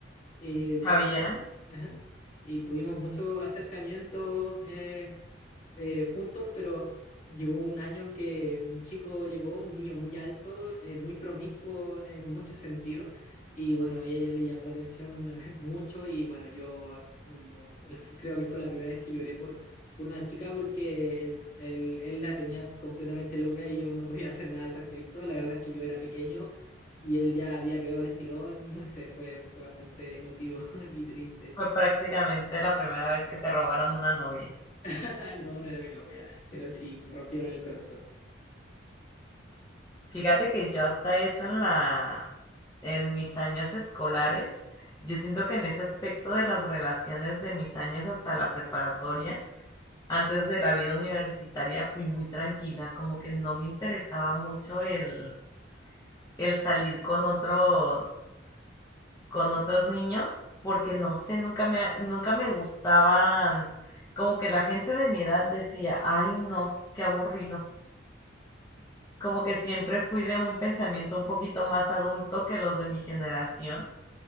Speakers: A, on the left; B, on the left.
A: Eh,
B: Javiera,
A: tuvimos- ajá y tuvimos muchos acercamientos eh, eh, juntos, pero llegó un año en que un chico llegó, un niño muy alto, eh, muy promiscuo en muchos sentidos, y bueno, a ella le llamó la atención <laughs> mucho y bueno, yo mm, eh, fu- creo que fue la primera vez que lloré por, por una chica porque él, él- él la tenía completamente loca y yo no podía <laughs> hacer nada al respecto, la verdad es que yo era pequeño. Y él ya había pegado el estirón, <laughs> no sé, fue, fue bastante emotivo <laughs> y triste.
B: fue prácticamente la primera vez que te robaron una novia.
A: <laughs> Ah, no, no era mi novia, pero sí, me rompieron el corazón.
B: Fíjate que yo hasta eso en la, en mis años escolares, yo siento que en ese aspecto de las relaciones de mis años hasta la preparatoria, antes de la vida universitaria, fui muy tranquila, como que no me interesaba mucho el, el salir con otros, con otros niños porque no sé, nunca me, nunca me gustaban, como que la gente de mi edad decía, ay no, qué aburrido. Como que siempre fui de un pensamiento un poquito más adulto que los de mi generación